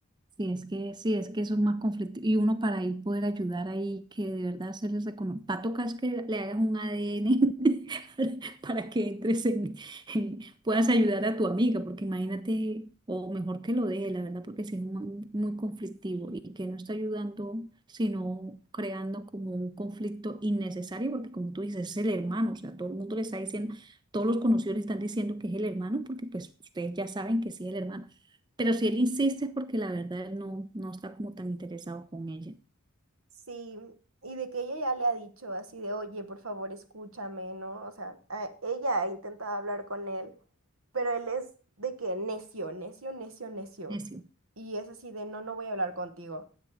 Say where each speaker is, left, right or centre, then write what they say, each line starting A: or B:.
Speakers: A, on the right; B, on the right.
A: Sí, es que, sí, es que eso es más conflictivo. Y uno para ahí poder ayudar ahí, que de verdad se les reconozca Va a tocar es que le hagas un ADN <laughs> para que entres en, en- puedas ayudar a tu amiga, porque imagínate, o mejor que lo deje, la verdad, porque sí es muy muy conflictivo y que no está ayudando, sino creando como un conflicto innecesario, porque como tú dices, es el hermano, o sea, todo el mundo le está diciendo, todos los conocidos le están diciendo que es el hermano, porque pues ustedes ya saben que sí es el hermano pero si él insiste es porque la verdad él no, no está como tan interesado con ella.
B: Sí, y de que ella ya le ha dicho así de, oye, por favor, escúchame, ¿no? O sea, a- ella ha intentado hablar con él, pero él es de que necio, necio, necio, necio.
A: Necio.
B: Y es así de, no, no voy a hablar contigo.